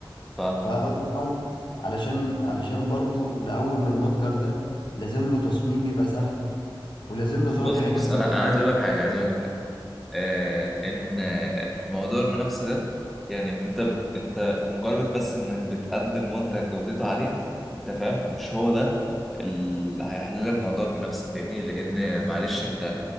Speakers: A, in the centre; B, on the left.
A: فاهمك
B: فطبعا علشان علشان برضو نقوم من المتجر ده لازم له تصميم يبقى سهل ولازم له صاحبي
A: بص
B: حاجات
A: بص أنا
B: رئيسيه
A: أنا عايز أقول لك حاجة عايز أقول لك حاجة آه، ان آه، موضوع المنافسه ده يعني انت انت مجرد بس انك بتقدم منتج جودته عاليه انت فاهم مش هو ده اللي هيحل لك موضوع المنافسه فاهمني لان معلش انت